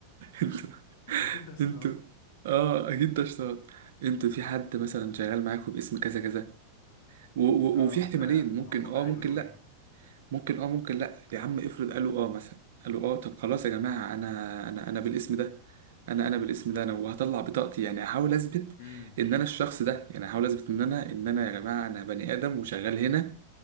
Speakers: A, on the right; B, on the left.
A: انتوا
B: اكيد بس
A: انتوا
B: <laughs>
A: اه اكيد ده شيطان انتوا في حد مثلا شغال معاكم باسم كذا كذا و- و-
B: اه
A: وفي احتمالين
B: ف-
A: ممكن
B: فهم
A: اه
B: بقى هيقولوا
A: ممكن لا ممكن اه ممكن لا يا عم افرض قالوا اه مثلا قالوا اه طب خلاص يا جماعة انا انا انا بالاسم ده انا انا بالاسم ده انا وهطلع بطاقتي يعني احاول اثبت
B: ايه
A: ان انا الشخص ده يعني احاول اثبت ان انا ان انا يا جماعة انا بني ادم وشغال هنا